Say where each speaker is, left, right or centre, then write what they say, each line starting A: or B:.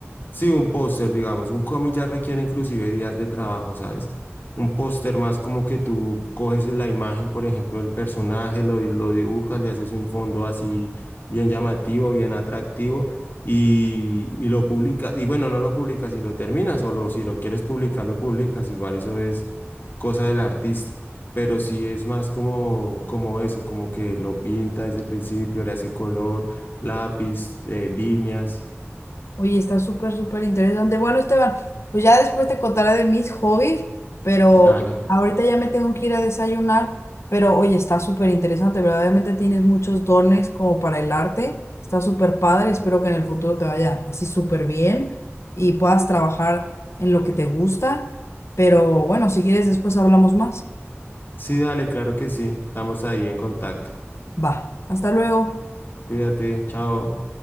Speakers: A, on the left (about 45°); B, on the left (about 70°).
A: Sí, un póster, digamos, un cómic ya requiere inclusive días de trabajo, ¿sabes? Un póster más como que tú coges la imagen, por ejemplo, del personaje, lo, di- lo dibujas, le haces un fondo así bien llamativo, bien atractivo y, y lo publicas. Y bueno, no lo publicas si lo terminas, solo si lo quieres publicar, lo publicas. Igual eso es cosa del artista. Pero sí es más como, como eso, como que lo pinta desde el principio, le hace color, lápiz, eh, líneas,
B: Oye, está súper, súper interesante. Bueno, Esteban, pues ya después te contaré de mis hobbies, pero
A: dale.
B: ahorita ya me tengo que ir a desayunar. Pero oye, está súper interesante. Verdaderamente tienes muchos dones como para el arte. Está súper padre. Espero que en el futuro te vaya así súper bien y puedas trabajar en lo que te gusta. Pero bueno, si quieres, después hablamos más.
A: Sí, dale, claro que sí. Estamos ahí en contacto.
B: Va, hasta luego.
A: Cuídate, chao.